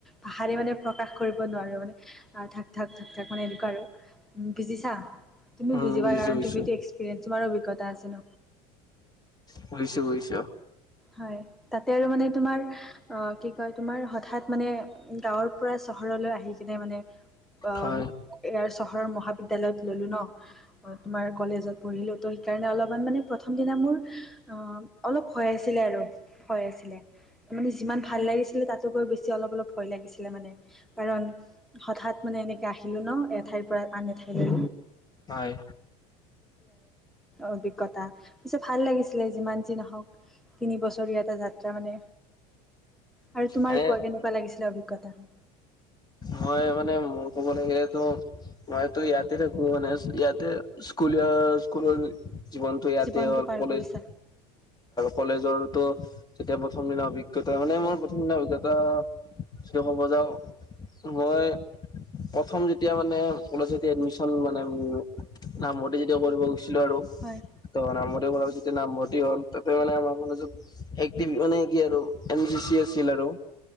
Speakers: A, in the centre; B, on the left.
A: ভাষাৰে মানে প্ৰকাশ কৰিব নোৱাৰো। মানে থাক থাক থাক থাক মানে আৰু বুজিছা তুমি
B: উম
A: বুজিবা
B: বুজিছো
A: কাৰণ
B: বুজিছো
A: তুমিতো এক্সপিৰিয়েঞ্চ তোমাৰ অভিজ্তা আছে ন
B: বুজিছো বুজিছো
A: হয় তাতে আৰু মানে তোমাৰ অ কি কয় তোমাৰ হঠাৎ মানে গাঁৱৰ পৰা চহৰলৈ আহি কিনে মানে অ
B: হয়
A: ইয়াৰ চহৰৰ মহাবিদ্যালয়ত ললো ন তোমাৰ কলেজত পঢ়িলো ত সেইকাৰণে অলপমান মানে প্ৰথম দিনা মোৰ অ অলপ ভয় আছিলে আৰু ভয় আছিলে মানে যিমান ভাল লাগিছিল তাতো গৈ বেছি অলপ অলপ ভয় লাগিছিলে মানে কাৰণ হঠাৎ মানে এনেকে আহিলো ন এ ঠাইৰ পৰা আন এ ঠাইলৈ
B: হয়
A: অভিজ্ঞতা পিছে ভাল লাগিছিলে যিমান যি নহওক তিনি বছৰীয়া এটা যাত্ৰা মানে আৰু তোমাৰ
B: এনে
A: কোৱা কেনেকুৱা লাগিছিলে অভিজ্ঞতা তাৰ
B: মই মানে মোৰ ক'ব লাগিলেতো মই তো ইয়াতে থাকো মানে ইয়াতে স্কুলিয়া স্কুলৰ জীৱনটো ইয়াতে
A: জীৱনটো
B: হ'ল
A: পাৰ
B: কলেজ
A: কৰিছা
B: কলেজৰতো তেতিয়া প্ৰথম দিনা অভিজ্ঞতা মানে মোৰ প্ৰথম দিনা অভিজ্ঞতা যিটো কব যাওঁ মই প্ৰথম যেতিয়া মান কলেজ এডমিছন মানে নামভৰ্তি যেতিয়া কৰিব গৈছি ছিলো আৰু
A: হয়
B: ত নামভৰ্তি ফলত নামভৰ্তি হল তাতে মানে আমাৰ কলেজত একটিম মানে কি আৰু এম জি চি আছিল আৰু